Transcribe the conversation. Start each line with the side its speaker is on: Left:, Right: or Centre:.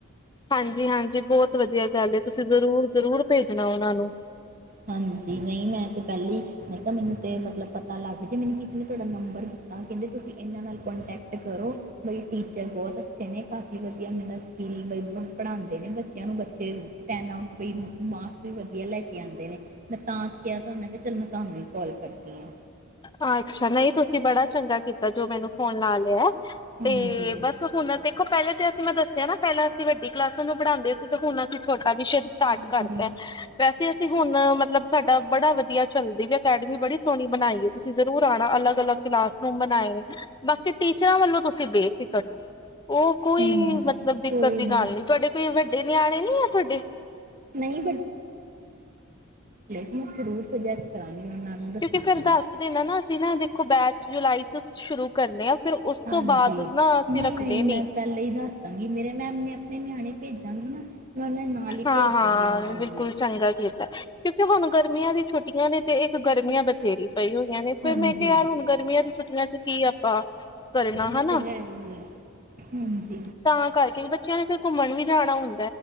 Left: ਹਾਂਜੀ- ਹਾਂਜੀ ਬਹੁਤ ਵਧੀਆ। ਲੱਗਿਆ ਤੁਸੀਂ ਜ਼ਰੂਰ ਜ਼ਰੂਰ ਭੇਜਣਾ ਉਹਨਾਂ ਨੂੰ।
Right: ਹਾਂਜੀ ਨਹੀਂ ਮੈਂ ਤੇ ਪਹਿਲੀ ਮੈਂ ਕਿਹਾ ਮੈਨੂੰ ਤੇ ਮਤਲਬ ਪਤਾ ਲੱਗ ਜੇ ਮੈਨੂੰ ਕਿਸੇ ਨੇ ਤੁਹਾਡਾ ਨੰਬਰ ਦਿੱਤਾ ਕਹਿੰਦੇ ਤੁਸੀਂ ਇਹਨਾਂ ਨਾਲ ਕੰਟੈਕਟ ਕਰੋ ਬਈ ਟੀਚਰ ਬਹੁਤ ਅੱਛੇ ਨੇ ਕਾਫੀ ਵਧੀਆ ਮੈਨੂੰ ਸਕੀਲ ਵੀ ਬਣਾਉਂਦੇ ਨੇ ਬੱਚਿਆਂ ਨੂੰ ਬੱਚੇ ਤਿੰਨ ਆਊਟ ਬਈ ਮਾਰਕਸ ਵੀ ਵਧੀਆ ਲੈ ਕੇ ਆਂਦੇ ਨੇ। ਮੈਂ ਤਾਂ ਕਿਹਾ ਤਾਂ ਕਿਹਾ ਚੱਲ ਮੈਂ ਤੁਹਾਨੂੰ ਹੀ ਕੋਲ ਕਰਦੀ ਹਾਂ।
Left: ਹਾਂ ਅੱਛਾ ਨਹੀਂ ਤੁਸੀਂ ਬੜਾ ਚੰਗਾ ਕੀਤਾ ਜੋ ਮੈਨੂੰ ਫੋਨ ਲਾ ਲਿਆ,
Right: ਹਾਂਜੀ
Left: ਤੇ ਬਸ ਹੁਣ ਦੇਖੋ ਪਹਿਲੇ ਤੇ ਅਸੀਂ ਮੈਂ ਦੱਸਿਆ ਨਾ ਪਹਿਲਾਂ ਅਸੀਂ ਵੱਡੀ ਕਲਾਸ, ਨੂੰ ਪੜ੍ਹਾਂਦੇ ਸੀ ਤੇ ਹੁਣ ਅਸੀਂ ਛੋਟਿਆ ਕਾਫੀ ਵਿਸ਼ਦ ਸਟਾਰਟ
Right: ਹਾਂਜੀ
Left: ਕਰਤਾ ਹੈ ਵੈਸੇ ਹੁਣ ਮਤਲਬ ਸਾਡਾ ਬੜਾ ਵਧੀਆ ਚੱਲਦੀ ਵੀ ਅਕੈਡਮੀ ਬੜੀ ਸੋਹਣੀ ਬਣਾਈ। ਆਉਣਾ ਅਲੱਗ ਅਲੱਗ ਕਲਾਸਰੂਮ ਬਣਾਏ ਨੇ ਬਾਕੀ ਟੀਚਰਾਂ ਵੱਲੋਂ ਤੁਸੀਂ ਬੇਫਿਕਰ ਰਹੋ, ਉਹ ਕੋਈ
Right: ਹਮ
Left: ਮਤਲਬ ਦਿੱਕਤ
Right: ਕੋਈ
Left: ਦੀ
Right: ਨਹੀਂ
Left: ਗੱਲ ਨੀ ਤੁਹਾਡੇ ਕੋਈ ਵੱਡੇ ਨਿਆਣੇ ਨੀ ਆ ਤੁਹਾਡੇ,
Right: ਨਹੀਂ ਹੂੰ। ਜ਼ਰੂਰ ਸੁਜੈਸਟ ਕਰਾਂਗੀ, ਉਹਨਾਂ ਨੂੰ ਦੱਸਾਂਗੀ
Left: ਕਿਉਂਕਿ ਫੇਰ
Right: ।ਮੈਂ
Left: ਦੱਸ ਦੇਣਾ ਨਾ ਅਸੀਂ ਨਾ ਦੇਖੋ ਬੈਚ ਜੁਲਾਈ ਤੋਂ ਸ਼ੁਰੂ ਕਰਨੇ ਆ ਫਿਰ ਉਸ
Right: ਹਾਂਜੀ
Left: ਤੋਂ ਬਾਅਦ ਨਾ ਅਸੀਂ
Right: ਨਹੀਂ
Left: ਰੱਖਦੇ
Right: -ਨਹੀਂ
Left: ਨੀ
Right: ਮੈਂ ਪਹਿਲਾਂ ਹੀ ਦੱਸ ਦਾਂਗੀ। ਮੇਰੇ ਮੈਮ ਨੇ ਆਪਣੇ ਨਿਆਣੇ ਭੇਜਾਂਗੀ। ਨਾ ਮੈਂ ਉਹਨਾਂ ਨਾਲ ਹੀ
Left: ਹਾਂ
Right: ਭੇਜ
Left: ਹਾਂ
Right: ਦਾਂਗੀ ਉਹਨਾਂ
Left: ਬਿਲਕੁਲ
Right: ਨੂੰ ਵੀ
Left: ਚੰਗਾ ਕੀਤਾ ਕਿਉਂਕਿ ਹੁਣ ਗਰਮੀਆਂ ਦੀ ਛੁੱਟੀਆਂ ਨੇ ਤੇ ਇੱਕ ਗਰਮੀਆਂ ਬਥੇਰੀ ਪਈ ਹੋਈਆਂ ਨੇ ਫਿਰ
Right: ਹਾਂਜੀ
Left: ਮੈਂ ਕਿਹਾ -ਯਾਰ ਹੁਣ ਗਰਮੀਆਂ ਚ, ਮੈਂ ਕਿਹਾ ਕੀ ਆਪਾਂ ਕਰਨਾ
Right: ਉਹ
Left: ਹਨਾ
Right: ਤੇ ਹੈ। ਹੀ ਆ ਹਾਂਜੀ।
Left: ਤਾਂ ਕਰਕੇ ਬੱਚਿਆਂ ਨੇ ਫਿਰ ਘੁੰਮਣ ਵੀ ਜਾਣਾ ਹੁੰਦਾ।